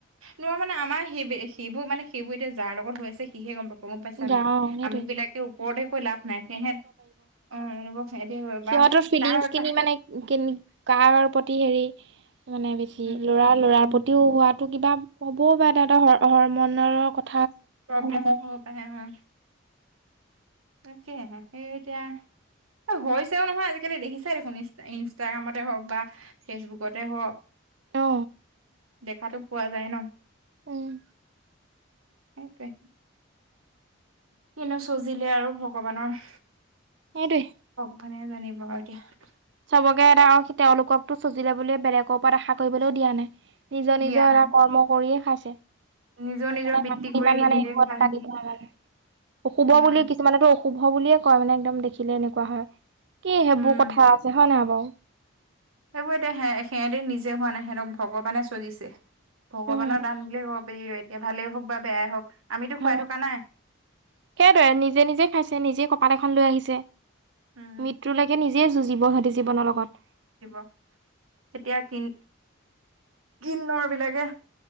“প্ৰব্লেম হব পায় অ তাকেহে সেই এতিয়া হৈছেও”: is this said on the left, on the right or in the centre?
Right